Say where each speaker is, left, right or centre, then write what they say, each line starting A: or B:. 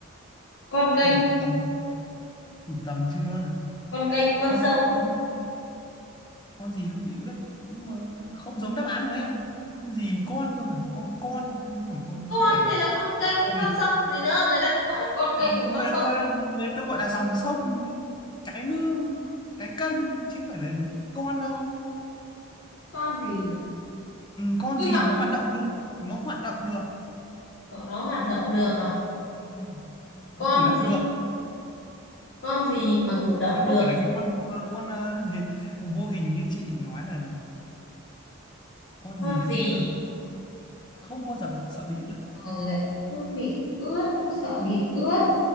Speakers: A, on the left; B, on the left.
A: con kênh
B: đủ tầm đủ tầm chưa
A: con kênh con
B: con
A: sông
B: động vật không con gì không bị ướt nhưng mà không giống đáp án của em con gì con cơ mà con con nhưng không phải con
A: con
B: không phải là
A: thì là con kênh
B: cái cô
A: với con sông còn gì nữa người ta cũng gọi là con kênh
B: dòng
A: và con
B: người,
A: sông
B: người, người ta gọi là dòng sông cái mương cái kênh chứ không phải là con đâu
A: con gì nhỉ
B: ừ, con
A: nhưng
B: gì
A: mà con
B: nó hoạt động được nó hoạt động được
A: cậu nó hoạt động được à
B: ừ,
A: con
B: nó cử động
A: gì
B: được
A: con gì mà cử
B: chứ
A: động được
B: không phải là cái con vô, con ờ, hề- vô hình như chị nói là con
A: con
B: gì không
A: gì
B: bao giờ không bao giờ sợ bị rớt
A: mà lại không bị ướt không sợ bị ướt